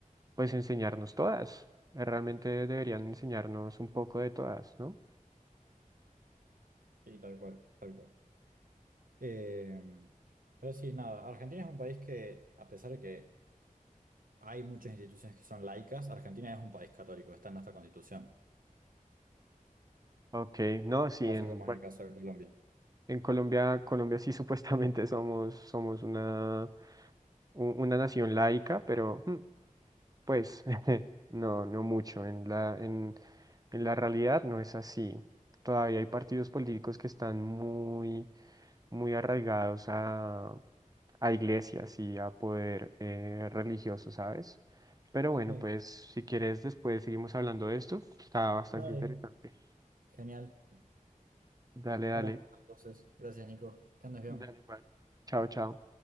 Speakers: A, on the right (about 25°); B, on the right (about 80°).
A: pues, enseñarnos todas. Eh, Realmente deberían enseñarnos un poco de todas, ¿no?
B: Sí, tal cual, tal cual. Eh, pero sí, nada, Argentina es un país que, a pesar de que hay muchas instituciones que son laicas, Argentina es un país católico, está en nuestra constitución.
A: Ok, no, sí, en,
B: No sé cómo
A: bueno,
B: es el caso de Colombia.
A: en Colombia, Colombia sí <laughs> supuestamente somos, somos una, u- una nación laica, pero... hmm, Pues <laughs> no, no mucho. En la, en, en la realidad no es así. Todavía hay partidos políticos que están muy, muy arraigados a, a iglesias y a poder eh, religioso, ¿sabes? Pero bueno,
B: Sí,
A: pues si quieres después seguimos hablando de esto. Está bastante
B: dale.
A: interesante.
B: Genial.
A: Dale,
B: Estamos
A: dale.
B: hablando entonces. Gracias, Nico. Que andes bien.
A: Dale igual. Chao, chao.